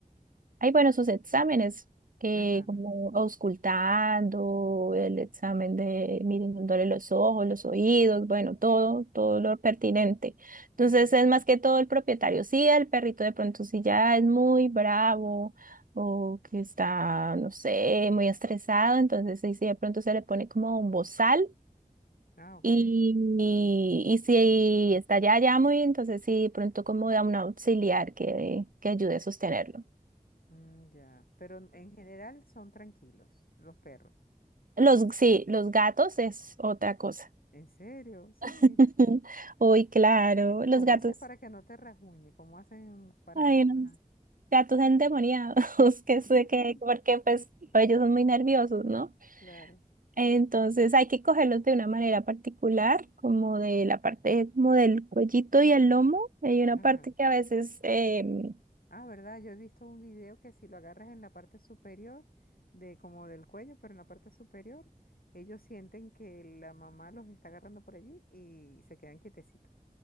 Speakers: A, on the right; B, on the left.
A: hay, bueno, sus exámenes, eh,
B: Ajá.
A: como auscultando, el examen de mirándole los ojos, los oídos, bueno, todo, todo lo pertinente. Entonces
B: ujú.
A: es más que todo el propietario. Sí, el perrito de pronto si ya es muy bravo o que está, no sé, muy estresado, entonces ahí sí de pronto se le pone como un bozal.
B: Ah, ok.
A: Y, y, y si está ya, ya muy, entonces sí, de pronto como da un auxiliar que, que ayude a sostenerlo.
B: Mm, ya. Pero en en general son tranquilos los perros.
A: Los, sí, los gatos es otra cosa.
B: ¿En serio? Sí.
A: <laughs> Uy, claro,
B: ¿Y
A: los
B: cómo
A: gatos,
B: haces para que no te rasguñe? ¿Cómo hacen para...?
A: ay unos
B: Ajá.
A: gatos endemoniados, <laughs> que
B: <laughs>
A: sé que, porque pues ellos son muy nerviosos, ¿no?
B: Claro.
A: Entonces hay que cogerlos de una manera particular, como de la parte, como del cuellito y el lomo. Hay una
B: Ajá.
A: parte que a veces, em,
B: Ah, ¿verdad? Yo he visto un video que si lo agarras en la parte superior, de como del cuello, pero en la parte superior, ellos sienten que la mamá los está agarrando por allí y se quedan quietecitos.